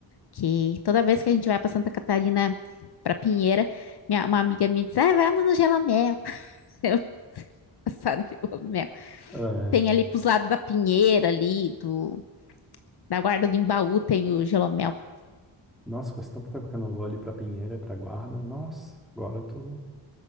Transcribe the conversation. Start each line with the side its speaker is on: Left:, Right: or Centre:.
Left: que toda vez que a gente vai para Santa Catarina, para Pinheira, minha, uma amiga me diz, ah, vamos no Gelomel. <laughs> Eu, passar no Gelomel.
Centre: É.
Left: Tem ali pros lados da Pinheira ali, do, da Guarda do Embaú tem o Gelomel.
Centre: Nossa, faz tanto tempo que eu não vou ali pra Pinheira, pra Guarda. Nossa, agora tu